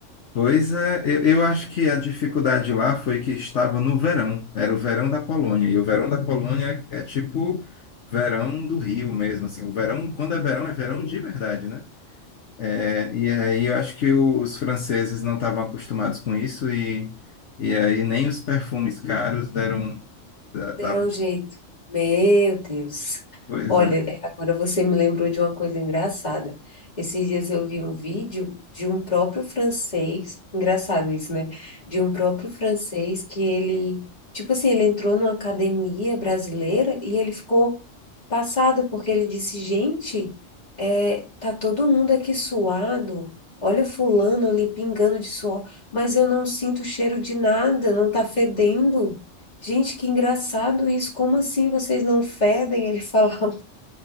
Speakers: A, on the left; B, on the left.
A: Pois é, eu, eu acho que a dificuldade lá foi que estava no verão, era o verão da Polônia, e o verão da Polônia é, é tipo verão do Rio mesmo, assim, o verão, quando é verão, é verão de verdade, né? É, e aí eu acho que os franceses não estavam acostumados com isso, e, e aí nem os perfumes caros deram... Da, da,
B: Deram um jeito. Meu Deus.
A: pois
B: Olha, é, agora você me lembrou de uma coisa engraçada. Esses dias eu vi um vídeo de um próprio francês, engraçado isso, né? De um próprio francês que ele, tipo assim, ele entrou numa academia brasileira e ele ficou passado porque ele disse, gente, é, tá todo mundo aqui suado. Olha fulano ali pingando de suor, mas eu não sinto cheiro de nada, não tá fedendo. Gente, que engraçado isso. Como assim vocês não fedem? Ele <laughs> falava.